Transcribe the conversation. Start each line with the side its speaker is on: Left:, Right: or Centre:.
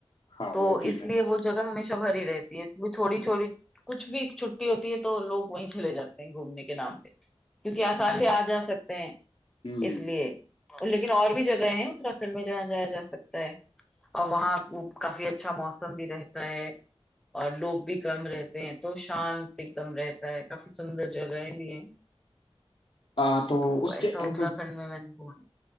Left: हाँ
Centre: तो
Left: वो भी
Centre: इसलिए
Left: है
Centre: वो जगह हमेशा भरी रहती है वो छोटी छोटी कुछ भी छुट्टी होती है तो लोग वहीं चले जाते हैं घूमने के नाम पे क्योंकि आसान से आ जा सकते हैं
Left: हम्म
Centre: इसलिए लेकिन और भी जगह हैं उत्तराखंड में जहाँ जाया जा सकता है और वहाँ वो काफी अच्छा मौसम भी रहता है और लोग भी कम रहते हैं तो शांत एकदम रहता है काफी सुंदर जगहें भी हैं
Left: आ, तो
Centre: तो
Left: उसके
Centre: ऐसा
Left: अब
Centre: उत्तराखंड में मैंने घूमा